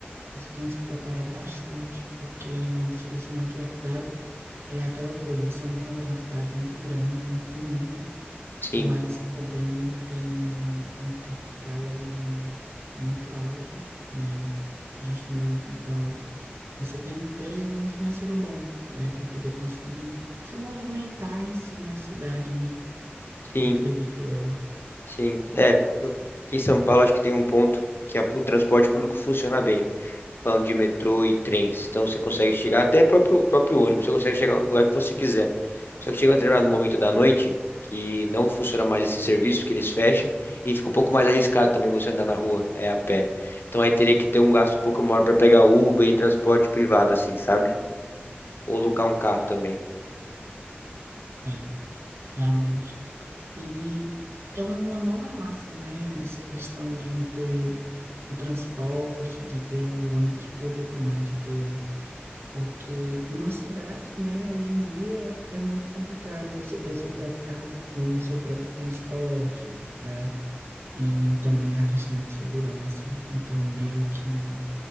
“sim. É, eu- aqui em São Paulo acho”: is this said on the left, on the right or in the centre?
Left